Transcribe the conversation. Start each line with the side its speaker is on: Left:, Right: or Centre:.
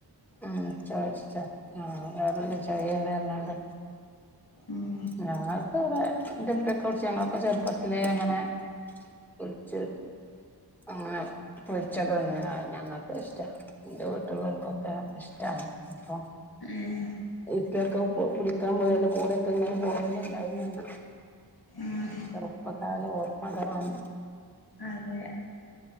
Centre: ആഹ് <unintelligible> ടാ ആ വേറെന്തൊ ചൊയേണർഞ്ഞാണ്ട്
Left: ഉം
Centre: ഞങ്ങൾ ക്ക് വടെ ന്റെപ്പൊക്കെ പിടിച്ച് ഞങ്ങളൊക്കെ ചെറ്പ്പത്തില അങ്ങനെ പൊരിച്ച് ആഹ് പൊരിച്ച തിന്നണത് ഞങ്ങക്കിഷ്ട ഇന്റെ വീടില്ലോൽക്കും ക്കെ ഇഷ്ട്ടാണ് അപ്പൊ
Left: ഏഹ്
Centre: ഇപ്പെക്കെ ഇപ്പൊ പുടിക്കാൻ പോയാേലെ കൂടെക്കെ ഇങ്ങനെ പോവല് ഇണ്ടായിനു എന്ന
Left: ഉം
Centre: ചെറുപ്പക്കാലം ഓർമ്മകളാണ്
Left: ആഹ് അതെ